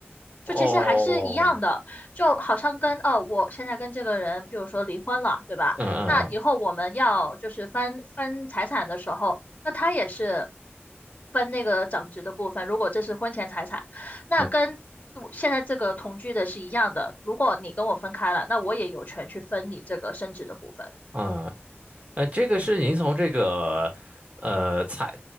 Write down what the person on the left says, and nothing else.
就其实还是一样的，
就好像跟哦，我现在跟这个人，比如说离婚了，对吧？
那以后我们要就是分分财产的时候，那他也是分那个长值的部分。如果这是婚前财产，那跟我现在这个同居的是一样的。
如果你跟我分开了，那我也有权去分你这个升值的部分。